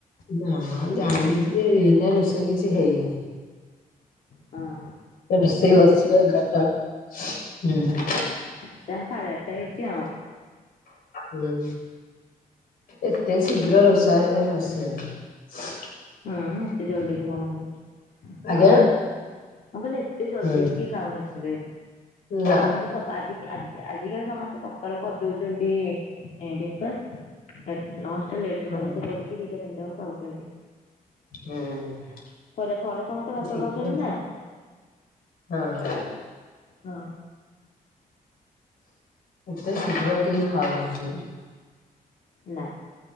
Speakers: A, on the left (about 75°); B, on the left (about 60°).
A: ନା ଜାଣିଛି ଯେ -ଏହିନା ରୋଷେଇ କିଛି ହେଇନି ।
B: ହଁ, ହଁ ।
A: ରୋଷେଇ ବସିବ ଏଗାଟାରୁ, ହୁଁ।
B: ସାଢ଼େ ଆଠଟା ହେଇଛିି ଆଉ।
A: ହୁଁ, ଏତେ ଶୀଘ୍ର ରୋଷା ଘରେ ବସିବନି ।
B: ହୁଁ, ଏତେ ଜଲଦି ବି କଣ ହବ?
A: ଆଜ୍ଞା
B: ଆଉ ମୁଁ କହିଲି, ଏତେ ଜଲଦି
A: ହୁଁ
B: ବି କି ଖାଉନଥିବେ?
A: ନା।
B: ସମସ୍ତେ <unintelligible> କାଜି ଆଜି। ଆଜିକାଲି ସମସ୍ତେ ସକାଳୁ କରିଦଉଛନ୍ତି, ବିଶେଷ ଲେଟ
A: ହୁଁ
B: ରେ ସମସ୍ତେ କରିକି ଦିଟା ତିନିଟା ବେଳ କୁ ଖାଉଛନ୍ତି।
A: ହୁଁ
B: ଥରେ ଥରେ ସମସ୍ତେ ଭାତ
A: ଶୀଘ୍ର
B: ଖାଉଛନ୍ତି ନା?
A: ହଁ।
B: ହଁ।
A: ଏତେ ଶୀଘ୍ର କେହି ଖାଉ ନାହାଁନ୍ତି।
B: ନା।